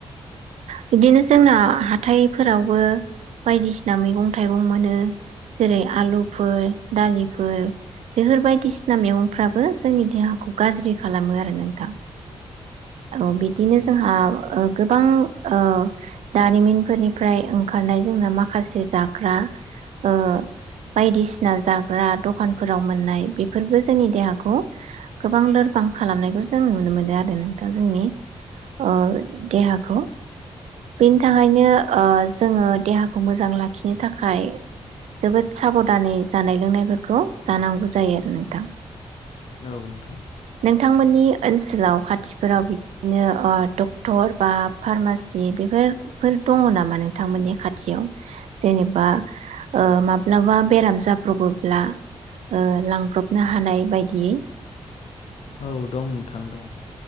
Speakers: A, on the right (about 80°); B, on the left (about 65°).
A: बिदिनो जोंना हाथाइफोरावबो बायदिसिना मैगं थाइगं मोनो जेरै आलुफोर दालिफोर बेफोर बायदिसिना मैगंफ्राबो जोंनि देहाखौ गाज्रि खालामो आरो नोंथां औ बिदिनो जोंहा ओ गोबां ओ दारिमिनफोरनिफ्राय ओंखारनाय जोंना माखासे जाग्रा ओ बायदिसिना जाग्रा दखानफोराव मोननाय बेफोरबो जोंनि देहाखौ गोबां लोरब बां खालामनायखौ जों नुनो मोनो आरो नोंथां जोंनि ओ देहाखौ बेनि थाखायनो ओ जोङो देहाखौ मोजां लाखिनो थाखाय जोबोद साबधानै जानाय लोंनायफोरखौ जानांगौ जायो आरो नोंथां
B: औ नोंथां
A: नोंथांमोननि ओनसोलाव खाथिफोराव बिदिनो ओ डक्टर बा फार्मासि बेफोरफोर दङ नामा नोंथांमोननि खाथियाव जेनेबा ओ माब्लाबा बेराम जाब्रबोब्ला ओ लांब्रबनो हानाय बायदियै
B: औ दं नोंथां दं